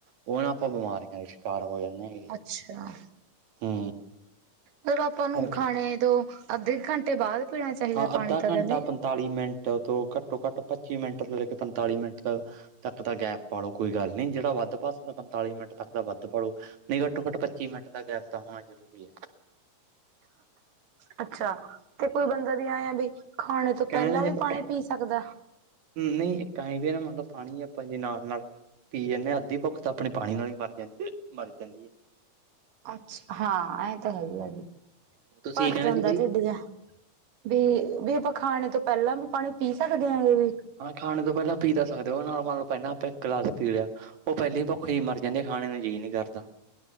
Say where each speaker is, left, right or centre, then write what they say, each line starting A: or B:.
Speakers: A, on the right; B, on the right.
A: ਉਹ ਨਾ ਆਪਾਂ ਬਿਮਾਰੀਆਂ ਦਾ ਸ਼ਿਕਾਰ ਹੋ ਜਾਂਣੇ ਆ।
B: ਅੱਛਾ।
A: ਹੂੰ।
B: ਮਤਲਬ ਆਪਾਂ ਨੂੰ
A: ਕਰਕੇ
B: ਖਾਣੇ ਤੋਂ ਅੱਧੇ ਘੰਟੇ ਬਾਅਦ ਪੀਣਾ ਚਾਹੀਦਾ
A: ਹਾਂ
B: ਪਾਣੀ
A: ਅੱਧਾ
B: ਤਾਂ
A: ਘੰਟਾ
B: ਕਹਿੰਦੇ
A: ਪੰਤਾਲੀ ਮਿੰਟ ਤੋਂ ਘੱਟੋ ਘੱਟ ਪੱਚੀ ਮਿੰਟ ਤੋਂ ਲੈ ਕੇ ਪੰਤਾਲੀ ਮਿੰਟ ਤੱਕ ਦਾ ਗੈਪ ਪਾਲੋ ਕੋਈ ਗੱਲ ਨੀ, ਜਿਹੜਾ ਵੱਧ ਪਾ ਸਕਦਾ ਪੰਤਾਲੀ ਮਿੰਟ ਤੱਕ ਦਾ ਵੱਧ ਪਾ ਲੋ। ਨਈ ਘੱਟੋ-ਘੱਟ ਪੱਚੀ ਮਿੰਟ ਦਾ ਗੈਪ ਤਾਂ ਹੋਣਾ ਜ਼ਰੂਰੀ ਐ।
B: ਅੱਛਾ, ਤੇ ਕੋਈ ਬੰਦਾ ਦੀ ਆ ਆ ਬ ਖਾਣੇ
A: ਕਹਿਣ
B: ਤੋਂ ਪਹਿਲਾਂ
A: ਜੇ
B: ਵੀ
A: ਆਪਾਂ
B: ਪਾਣੀ ਪੀ ਸਕਦਾ।
A: ਨਹੀਂ ਇੱਕ ਇਵੀ ਮੰਨ ਲਓ ਪਾਣੀ ਏ ਆਪਾਂ ਜੇ ਨਾਲ-ਨਾਲ ਪੀ ਜਾਂਦੇ ਆ, ਅੱਧੀ ਭੁੱਖ ਤਾਂ ਆਪਣੀ ਪਾਣੀ ਨਾਲ ਹੀ ਮਰ ਜਾਂਦੀ, ਮਰ ਜਾਂਦੀ ਐ।
B: ਅੱਛ, ਹਾਂ ਇਹ ਤਾਂ ਹੈਗੀ ਜੀ
A: ਤੁਸੀਂ
B: ਭਰ
A: ਕਹਿੰਦੇ
B: ਜਾਂਦਾ
A: ਸੀ ਬਈ
B: ਢਿੱਡ ਜਿਹਾ ਵੀ ਵੀ ਆਪਾਂ ਖਾਣੇ ਤੋਂ ਪਹਿਲਾਂ ਵੀ ਪਾਣੀ ਪੀ ਸਕਦੇ ਵੀ
A: ਹਾਂ ਖਾਣ ਤੋਂ ਪਹਿਲਾਂ ਪੀ ਤਾਂ ਸਕਦੇ ਹੋ, ਉਹ ਨਾਲ ਮੰਨ ਲਓ ਪਹਿਲਾਂ ਆਪਾਂ ਇੱਕ ਗਲਾਸ ਪੀ ਲਿਆ। ਉਹ ਪਹਿਲੀ ਭੁੱਖੇ ਹੀ ਮਰ ਜਾਂਦੇ, ਖਾਣੇ ਨੂੰ ਜੀਅ ਨੀ ਕਰਦਾ।